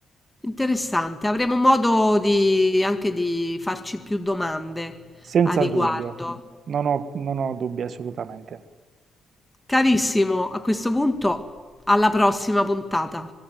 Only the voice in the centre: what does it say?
interessante. Avremo modo di, anche di farci più domande
a riguardo.
Carissimo, a questo punto, alla prossima puntata.